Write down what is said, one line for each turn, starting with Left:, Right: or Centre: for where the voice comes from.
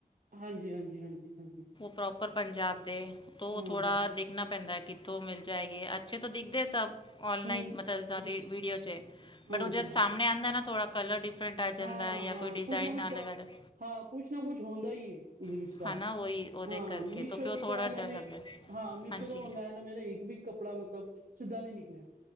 Right: ਹਾਂਜੀ- ਹਾਂਜੀ- ਹਾਂਜੀ- ਹਾਂਜੀ।
Left: ਪ੍ਰੋਪਰ ਪੰਜਾਬ ਦੇ। ਤੋਂ
Right: ਹਾਂ
Left: ਥੋੜ੍ਹਾ
Right: ਹਾਂ
Left: ਦੇਖਣਾ ਪੈਂਦਾ ਕਿੱਥੋਂ ਮਿਲ ਜਾਏਗੇ। ਜਿਦੋ ਦਿਖਦੇ ਸਬ, ਔਨਲਾਈਨ
Right: ਹਮ
Left: ਮਤਬਲ ਜਾਦਾ ਵਾਡੀਓ ਚ'ਏ
Right: ਹਾਂ
Left: ਬਟ ਉਹ
Right: ਹਾਂ
Left: ਸਾਹਮਣੇ ਆਉਂਦਾ ਨਾ ਥੋੜਾ ਕਲਰ ਡਿਫਰੈਂਟ ਆ ਜਾਂਦਾ
Right: ਹਾਂ
Left: ਜਾਂ
Right: ਹਾਂ
Left: ਕੋਈ ਡਿਜ਼ਾਇਨ
Right: ਕੁੱਝ ਨਾ ਕੁੱਝ
Left: ਅਲਗ-
Right: ਪ੍ਰੋ
Left: ਅਲੱਗ
Right: ਹਾਂ, ਕੁਛ ਨਾ ਕੁਛ ਹੁੰਦਾ ਹੀ ਹੈ, ਉਸਦੇ ਵਿਚਕਾਰ,
Left: ਹੈ ਨਾ ਉਹੀ ਉਹਦੇ
Right: ਹਾਂ,
Left: ਕਰਕੇ
Right: ਮੀਸ਼ੋ
Left: ਫਿਰ
Right: ਦਾ
Left: ਉਹ ਥੋੜਾ
Right: ਤਾਂ ਮੈਨ
Left: ਡਰ ਲੱਗਦਾ ਹੈ।
Right: ਹਾਂ, ਮੀਸ਼ੋ
Left: ਹਾਂਜੀ
Right: ਤੋਂ ਮੰਗਵਾਆ ਨਾ ਮੇਰਾ ਇੱਕ ਵੀ ਕੱਪੜਾ ਮਤਲਬ ਸਿੱਧਾ ਨੀ ਨਿਕਲਿਆ।